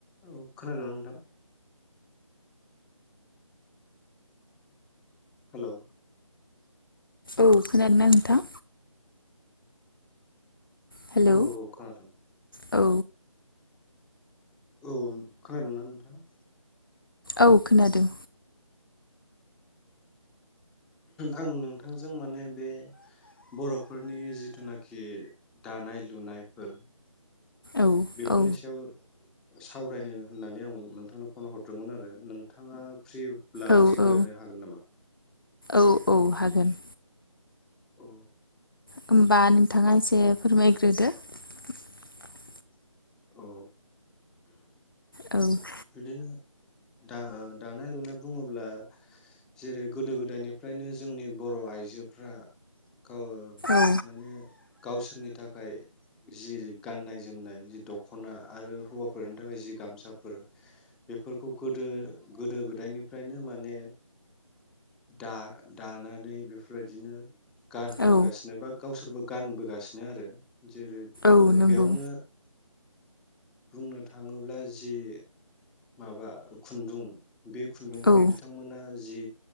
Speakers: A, in the centre; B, on the left.
A: औ। खोनादों ना नोंथां होलौ।
B: औ खोनादीं ना नोंथां हेलौ
A: औ औ खोनादों।
B: औ।
A: औ खोनादोंना नोंथाङा?
B: औ खोनादों।
A: आं नोंथांजों माने बे बर'फोरनि जिथुनाखि दानाय लुनायफोर
B: औ
A: बेफोरनि
B: औ
A: सायाव सावरायनो होननानै आं नोंथांनो फन हरदोंमोन आरो नोंथाङा फ्रिब्ला
B: औ
A: सावरायलायनो
B: औ
A: हागोन नामा?
B: औ औ हागोन
A: अ।
B: होनोमबा नोंथाङा एसे फोरमाय <unintelligible>
A: औ।
B: औ <inaudible>
A: बिदिनो दा दानाय लुनाय बुङोब्ला जेरै गोदो गोदायनिफ्रायनो जोंनि बर' आइजोफ्रा अ
B: औ
A: माने गावसोरनि थाखाय जि गाननाय जोमनाय जि दख'ना आरो हौवाफोरनि थाखाय जि गामसाफोर बेफोरखौ गोदो गोदो गोदायनिफ्रायनो माने दा-दानानै बेफोरबायदिनो गान होबोगासिनो
B: औ
A: बा गावसोरबो गानबोगासिनो आरो जेरै
B: औ
A: ओ
B: नंगौ
A: बेयावनो बुंनो थाङोब्ला जि माबा खुन्दुं बे खुन्दुंखौ
B: औ
A: बिथांमोना जि